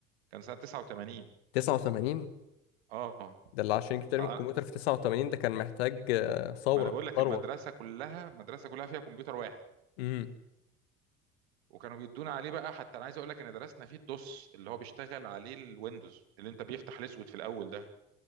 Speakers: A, on the right (about 80°); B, on the left (about 75°).
A: كان سنه 89
B: 89
A: اه آه،
B: ده اللي عشان يجيب تقريبا
A: آه،
B: الكمبيوتر في 89 ده كان محتاج آه، ثوره
A: ما انا بقول لك
B: ثروه
A: المدرسه كلها المدرسه كلها فيها كمبيوتر واحد
B: امم
A: وكانوا بيدونا عليه بقى حتى انا عايز اقول لك ان درسنا فيه الدوس اللي هو بيشتغل عليه الويندوز اللي انت بيفتح الاسود في الاول ده